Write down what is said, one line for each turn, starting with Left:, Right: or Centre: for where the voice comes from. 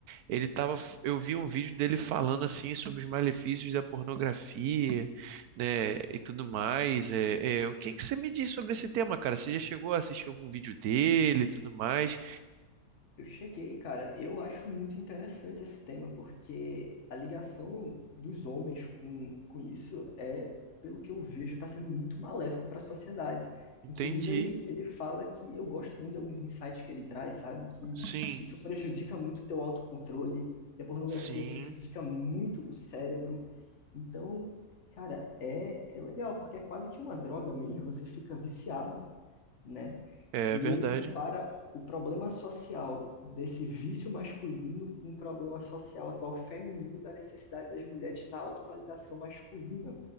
Right: Ele tava, eu vi um vídeo dele falando assim sobre os malefícios da pornografia, né, e tudo mais. É, é, o que que você me diz sobre esse tema, cara? Você já chegou a assistir algum vídeo dele e tudo mais?
Left: Eu cheguei, cara. Eu acho muito interessante esse tema, porque a ligação dos homens com, com isso é, pelo que eu vejo, está sendo muito maléfico para a sociedade.
Right: Entendi.
Left: Inclusive, ele, ele fala que eu gosto muito de alguns insights que ele traz, sabe? Que
Right: Sim,
Left: isso prejudica muito o teu autocontrole, que a pornografia
Right: sim,
Left: prejudica muito o cérebro. Então, cara, é, é legal, porque é quase que uma droga mesmo, você fica viciado, né?
Right: é
Left: E
Right: verdade.
Left: ele compara o problema social desse vício masculino com o problema social atual feminino da necessidade das mulheres na autovalidação masculina.